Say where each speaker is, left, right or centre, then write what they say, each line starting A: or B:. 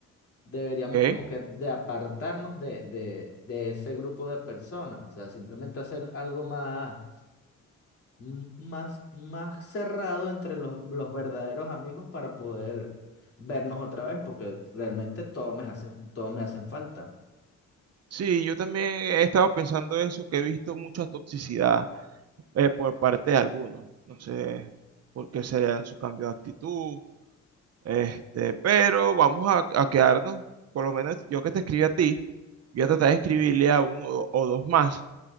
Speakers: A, on the left; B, on the right.
A: deberíamos
B: ok.
A: como que de apartarnos de, de, de ese grupo de personas, o sea, simplemente hacer algo más m- más, más cerrado entre los, los verdaderos amigos para poder vernos otra vez, porque realmente todos me hacen, todos me hacen falta.
B: Sí, yo también he estado pensando eso, que he visto mucha toxicidad eh, por parte de algunos. No sé por qué sería su cambio de actitud, este, pero vamos a, a quedarnos, por lo menos yo que te escribí a ti, voy a tratar de escribirle a uno o o dos más